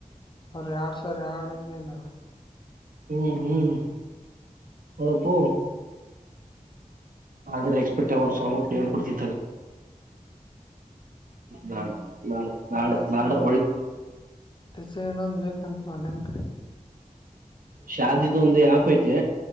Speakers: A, on the left; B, on the right.
A: ಅವರು ಎರಡು ಸಾವಿರ ಎರಡು ಇನ್ನೇನು
B: ಹ್ಮ್ ಹ್ಮ್ ನೋಡಪ್ಪೋ ಆದ್ರೆ ಎಕ್ಸ್ಪೆಕ್ಟ್ ಅವರು ಸವಲ್ ಏನ್ ಕೊಡ್ತಿ ಬ್ಯಾಡ್ ಬ್ಯಾಡ್ ಬ್ಯಾಡೋ
A: ಸ ಇನ್ನೊಂದ್ ಬೇಕಂತ ಮಾಡ್ಯಾನ್
B: ಶಾದಿ ತು ಒಂದ ಅಪ್ ಐತೆ